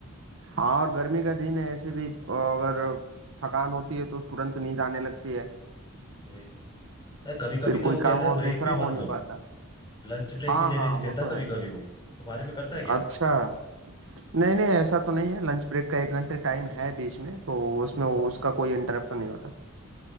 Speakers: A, on the right; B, on the left.
A: हाँ और गर्मी का दिन है ऐसे भी अगर
B: हाँ
A: थकान होती है तो तुरंत नींद आने लगती है
B: वही तो अरे कभी कभी
A: फिर
B: तो
A: कोई
B: वो
A: काम
B: कहता है
A: और
B: ब्रेक
A: दूसरा
B: भी मत
A: हो नहीं
B: लो
A: पाता
B: लंच ब्रेक
A: हाँ
B: भी लेने
A: हाँ
B: नहीं देता
A: वो तो
B: कभी
A: है
B: कभी वो तुम्हारे में करता है क्या ऐसा
A: अच्छा नहीं नहीं ऐसा तो नहीं है लंच ब्रेक का एक घंटे टाइम है बीच में तो उसमें वो-
B: हाँ
A: उसका कोई इंटरप्शन नहीं होता